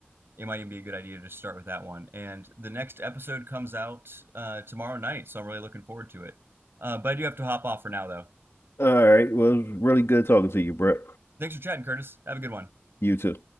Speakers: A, on the right (about 65°); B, on the left (about 80°).
A: it might even be a good idea to just start with that one. And the next episode comes out uh, tomorrow night, so I'm really looking forward to it. Uh, but I do have to hop off for now, though.
B: All right. Well, it was really good talking to you, Brett.
A: Thanks for chatting, Curtis. Have a good one.
B: You too.